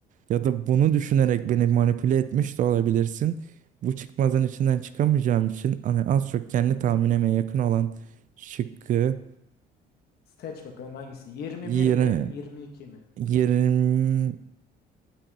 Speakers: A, on the right; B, on the left.
A: ya da bunu düşünerek
B: Hı.
A: beni manipüle etmiş de olabilirsin. Bu çıkmazın içinden çıkamayacağım için hani az çok kendi tahminime yakın olan şıkkı
B: Seç bakalım hangisi? 21
A: yirmi
B: mi 22 mi?
A: yirmi